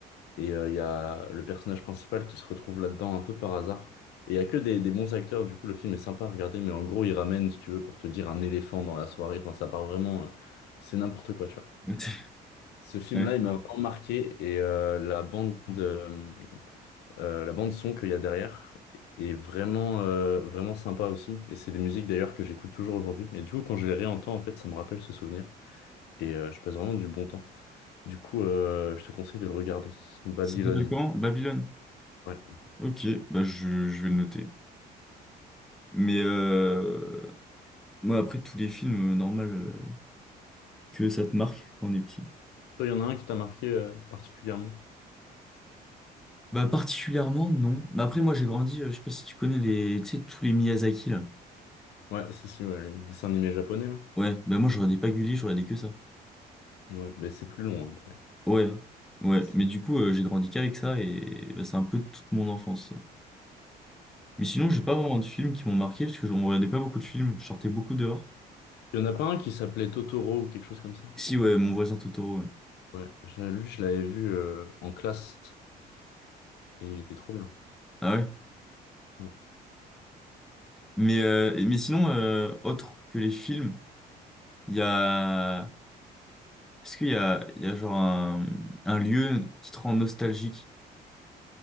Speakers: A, on the left; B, in the centre.
A: Et euh, il y a le personnage principal qui se retrouve là-dedans un peu par hasard. Et il y a que des, des bons acteurs, du coup le film est sympa à regarder, mais en gros il ramène, si tu veux, pour te dire un éléphant dans la soirée. Enfin, ça part vraiment, euh, c'est n'importe quoi, tu vois.
B: <laughs>
A: Ce film-là,
B: Ouais.
A: il m'a vraiment marqué et euh, la bande, euh, euh, la bande son qu'il y a derrière est vraiment, euh, vraiment sympa aussi. Et c'est des musiques d'ailleurs que j'écoute toujours aujourd'hui. Et du coup, quand je les réentends, en fait, ça me rappelle ce souvenir et euh, je passe vraiment du bon temps. Du coup, euh, je te conseille de le regarder. Babylone.
B: Ça s'appelle comment? Babylone.
A: Ouais.
B: Ok, bah je, je vais le noter. Mais euh, Moi, après, tous les films, euh, normal, euh, que ça te marque quand on est petit.
A: Toi, il y en a un qui t'a marqué euh, particulièrement.
B: Bah, particulièrement, non. Mais après, moi, j'ai grandi, euh, je sais pas si tu connais les, tu sais, tous les Miyazaki, là.
A: Ouais, si, si, ouais, les dessins animés japonais, là.
B: Ouais, bah, moi, je regardais pas Gulli, je regardais que ça.
A: Ouais, mais c'est plus long après.
B: Ouais, ouais.
A: C'est-
B: Mais du coup, euh, j'ai grandi qu'avec ça et bah, c'est un peu toute mon enfance, ça. Mais sinon, j'ai pas vraiment de films qui m'ont marqué parce que je on regardait pas beaucoup de films, je sortais beaucoup dehors.
A: Il y en a pas un qui s'appelait Totoro ou quelque chose comme ça.
B: Si, ouais, Mon voisin Totoro, ouais.
A: Ouais, j'ai- lui, je l'avais vu euh, en classe et il était trop bien.
B: Ah ouais.
A: Ouais.
B: Mais, euh, mais sinon, euh, autre que les films, il y a. Est-ce qu'il y a, il y a genre un, un lieu qui te rend nostalgique